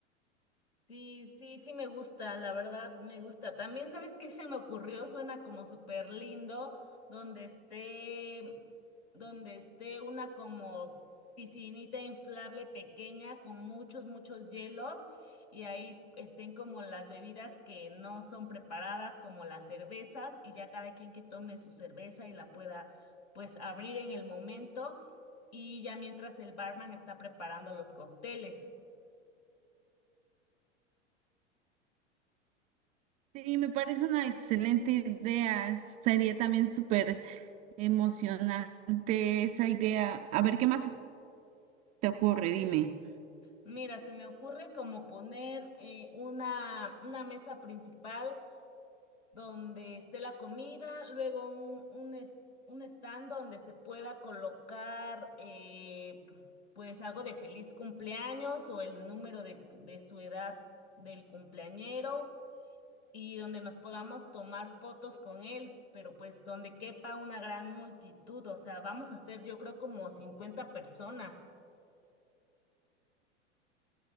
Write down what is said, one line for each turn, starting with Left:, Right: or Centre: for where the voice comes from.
Left: Sí, sí, sí me gusta, la verdad me gusta. También, ¿sabes qué se me ocurrió? Suena como súper lindo, donde esté, donde esté una como piscinita inflable pequeña con muchos, muchos hielos y ahí estén como las bebidas que no son preparadas, como las cervezas, y ya cada quien que tome su cerveza y la pueda pues abrir en el momento y ya mientras el barman está preparando los cócteles.
Right: Sí, me parece una excelente idea. Sería también súper emocionante esa idea. A ver, ¿qué más te ocurre? Dime.
Left: Mira, se me ocurre como poner eh, una, una mesa principal donde esté la comida, luego un, un, es- un stand donde se pueda colocar eh, pues algo de feliz cumpleaños o el número de, de su edad del cumpleañero y donde nos podamos tomar fotos con él, pero pues donde quepa una gran multitud, o sea, vamos a ser yo creo como 50 personas.